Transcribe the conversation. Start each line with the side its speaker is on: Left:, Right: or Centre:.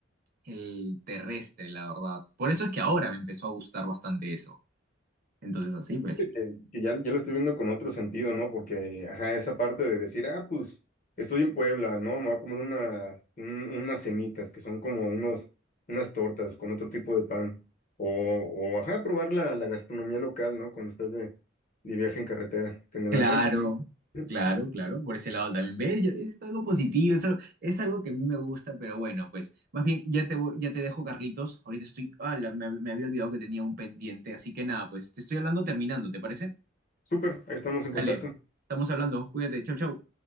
Right: el terrestre, la verdad. Por eso es que ahora me empezó a gustar bastante eso. Entonces, así pues.
Left: que, que ya, ya lo estoy viendo con otro sentido, ¿no? Porque, ajá, esa parte de decir, ah, pues estoy en Puebla, ¿no? Me voy a comer una, un- unas semitas, que son como unos, unas tortas con otro tipo de pan. O, o ajá, probar la, la gastronomía local, ¿no? Cuando estás de, de viaje en carretera. En el
Right: Claro,
Left: avión, pues,
Right: claro,
Left: <laughs>
Right: claro, por ese lado también. ¿Ves? Yo- Es algo positivo, es algo, es algo que a mí me gusta, pero bueno, pues más bien ya te, voy- ya te dejo, Carlitos. Ahorita estoy, ah, me, me había olvidado que tenía un pendiente, así que nada, pues te estoy hablando terminando, ¿te parece?
Left: súper, ahí estamos en
Right: Dale,
Left: contacto.
Right: estamos hablando, cuídate, chau, chau.